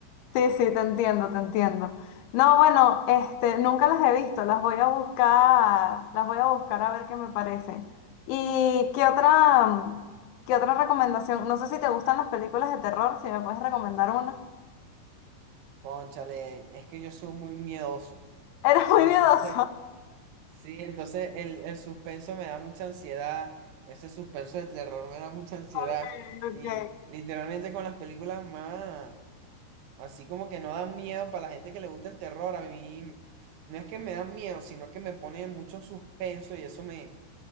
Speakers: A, on the left (about 90°); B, on the right (about 85°).
A: Sí, sí, te entiendo, te entiendo. No, bueno, este, nunca las he visto, las voy a buscar, las voy a buscar a ver qué me parecen. ¿Y qué otra, mm, qué otra recomendación? No sé si te gustan las películas de terror, si me puedes recomendar una.
B: Cónchale, es que yo soy muy miedoso.
A: <laughs> Eres muy
B: Entonces,
A: miedoso.
B: Sí, entonces el, el suspenso me da mucha ansiedad, ese suspenso de terror me da mucha ansiedad
A: <laughs> Ok, ok.
B: y literalmente con las películas más, así como que no dan miedo para la gente que le gusta el terror, a mí no es que me dan miedo, sino que me pone mucho suspenso y eso me,